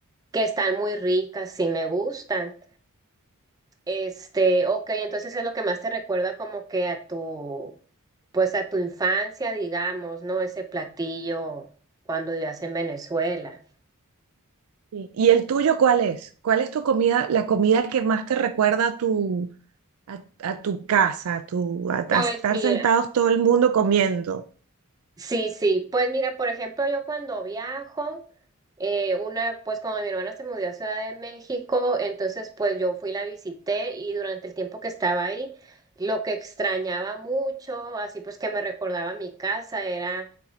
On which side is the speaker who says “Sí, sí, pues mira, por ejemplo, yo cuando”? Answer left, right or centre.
Right